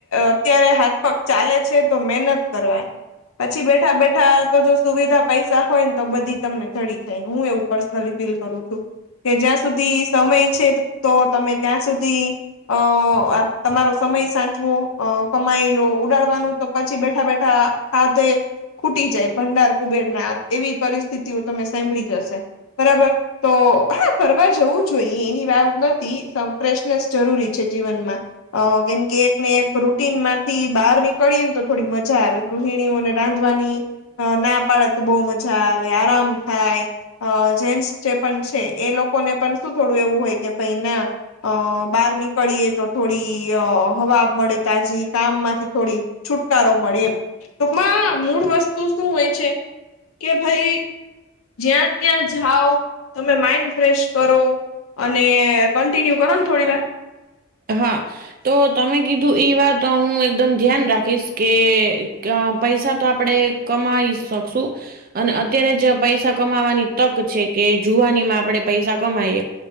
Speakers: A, on the left; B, on the right.
A: અત્યારે હાથ પગ ચાલે છે તો મહેનત કરવા પછી બેઠા-બેઠા તો જો સુવિધા-પૈસા હોય ને તો બધી તમને ચડી જાય હું એવું પર નલી ફીલ કરું છું કે જ્યાં સુધી સમય છે તો તમે ત્યાં સુધી અ-આ તમારો સમય સાચવો અ કમાઈલો ઉડાડવાનું તો પછી બેઠા બેઠા ખાધે ખૂટી જાય ભંડાર કુબેરના એવી પરિસ્થિતિઓ તમે સાંઈભળી જ હશે બરાબર તો હા ફરવા જવું જોઈએ એની વાત નથી સમ ફ્રેશનેસ જરૂરી છે જીવનમાં અ કેમ કે એક ને એક રૂટીન માંથી બહાર નીકળીએ ને તો થોડી મજા આવે ગૃહિણીઓને રાંધવાની હ ના પાડે તો બહુ મજા આવે આરામ થાય અ જેન્ટસ જે પણ છે એ લોકોને પણ શું થોડું એવું હોય કે ભાઈ ના અ બહાર નીકળીએ તો થોડી ઈ હવા મળે તાજી કામ માંથી થોડી છુટકારો મળે એમ ટૂંકમાં મૂળ વસ્તુ શું હોય છે કે ભઈ જ્યાં ત્યાં જાઓ તમે માઈન્ડ ફ્રેશ કરો અને કન્ટિન્યુ કરો ને થોડી વાર
B: હા. તો તમે કીધું ઈ વાત હું એકદમ ધ્યાન રાખીશ કે અ પૈસા તો આપડે કમાઈ શકશું અને અત્યારે જ પૈસા કમાવાની તક છે કે જુવાની માં આપણે પૈસા કમાઈએ